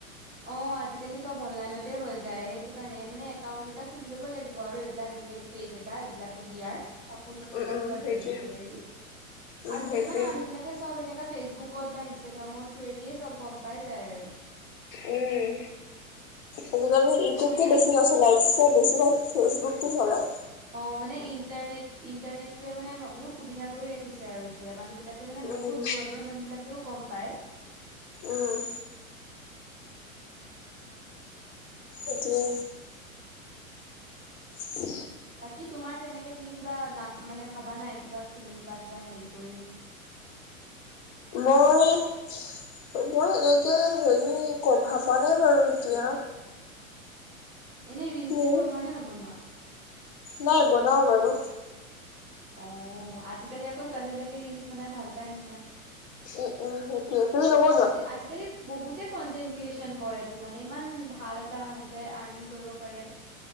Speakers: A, on the right; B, on the left.
A: অ আজিকালি চব অনলাইনতে হৈ যায় সেইটো কাৰণে মানে একাউণ্ট এটা খুলি ল'ব লাগিব আৰু এইবিলাক এনেকে পেজ এটা এইবিলাকো দিয়াৰ কাপোৰ চাপোৰ
B: উম
A: বা
B: উম
A: কিবা
B: সেইটোৱে
A: জুৱেলৰী চেলৰী
B: উম
A: আজিকালি
B: সেইটোৱে
A: মানে মানুহ বিিলাকে চব এনে ফেচবুকত বা ইনষ্টাগ্ৰামৰ থ্ৰুৱে দিয়েই চব গম পাই যায় আৰু
B: উম আজিকালি ইউটিউব
A: এইটো মানে
B: বছি না চলাই উছে বছিভাগ ফেচবুক চলায়
A: অ মানে ইণ্টাৰনেট ইণ্টাৰনেটটোৱে মানে বহুত সুবিধা কৰি ৰাখিছে আৰু এতিয়া মানুহ বিিলাক ে মানে
B: উম
A: বহুত দূৰ দৰৰ মানুহ বিলাকেও গম পায়
B: উম এটোয়া উ
A: বাকী তোমাৰ তেনেকে তুমি কিবা না মানে ভাবা নাই কিবা খুলিম বা কিবা হেৰি কৰিম
B: মই ত মই এনেকে হেৰি ক ভাবা নে বাৰু এতিয়া
A: এনেই ৰিল
B: উম
A: চল বনোৱা নে নবনোৱা
B: নাই বনাও বাৰু
A: অ আজিকালি আকৌ ছোৱালী বিিলাকে ৰিলচ বনাই ভাল পাই নহয়
B: উম উম সেইটো তুমি কব
A: কনটে
B: যোৱা
A: আজিকালি বহুতে কনটেন্ট ক্ৰিয়েচন কৰে তটো মানে ইমান ভাল এটা সতে আৰ্নিং কৰিব পাৰে